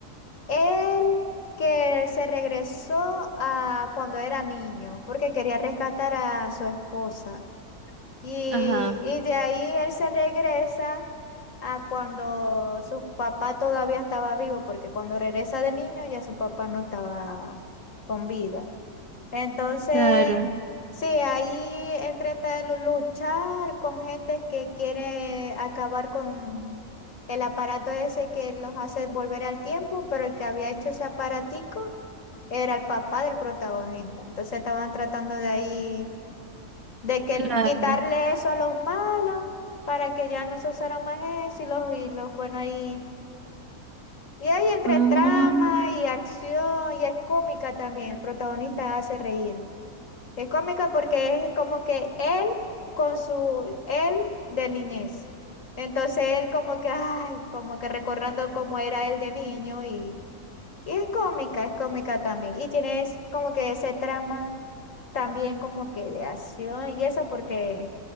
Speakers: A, on the left; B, on the right.
A: él que se regresó a cuando era niño, porque quería rescatar a su esposa. Y,
B: Ajá,
A: y de ahí él se regresa a cuando su papá todavía estaba vivo, porque cuando regresa de niño ya su papá no estaba con vida. Entonces,
B: claro,
A: sí, ahí entre tal luchar con gente que quiere acabar con el aparato ese que los hace volver al tiempo, pero el que había hecho ese aparatico era el papá del protagonista. Entonces estaban tratando de ahí, de que
B: claro.
A: el- quitarle eso a los malos para que ya no se usara más eso y los, y los buenos ahí. Y ahí entre
B: Ah,
A: trama y acción, y es cómica también, el protagonista hace reír. Es cómica porque es como que él con su él de niñez. Entonces él como que, ay, como que recordando cómo era él de niño y, y es cómica, es cómica también. Y tienes como que ese trama también como que de acción y eso porque